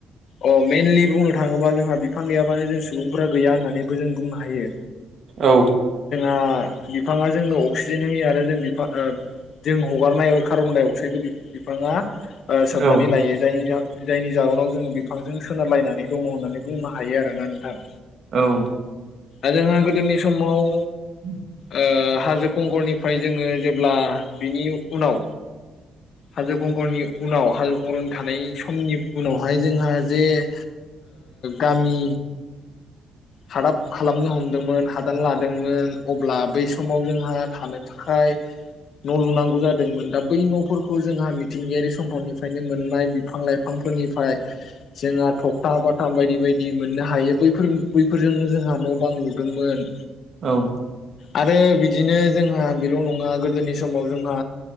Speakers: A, on the left; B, on the right.
A: अ मइेनलि बुंनो थाङोबा जोंहा बिफां गैयाबानो जों सुबुंफोरा गैया होननानैबो जों बुंनो हायो।
B: औ
A: आ बिफाङा जोंनो- अक्सिजेन होयो आरो जों बिफा जों हगारनाय कार्बन-डाइ- अक्साइडखौ बि-बिफाङा- ओ सोबनानै
B: औ
A: लायो जायनि जा जायनि जाहोननाव जोङो बिफांजों सोनारलायनानै दङ होननानै बुंनो हायो आरोना नोंथां।
B: औ
A: आरो जोंहा गोदोनि समाव
B: <inaudible>
A: ओ हाजो खंखरनिफ्राय जोङो जेब्ला बिनि उनाव हाजो खंखरनि उनाव हाजो खुंखर थानाय समनि उनावहाय जोंहा जे ओ गामि हादाब खालामनो हमदोंमोन हादान लादोंमोन अब्ला बै समाव जोंहा थानो थाखाय न' लुनांगौ जादोंमोन दा बै न'फोरखौ जोंहा मिथिंगायारि सम्फनिफ्रायनो मोननाय बिफां लाइफांफोरनिफ्राय जोंहा थखथा बाताम बायदि बायदि मोननो हायो बैफोर- बैफोरजोंनो जोंहा न' बां लुदोंमोन।
B: औ
A: आरो बिदिनो जोंहा बेल' नङा गोदोनि समाव जोंहा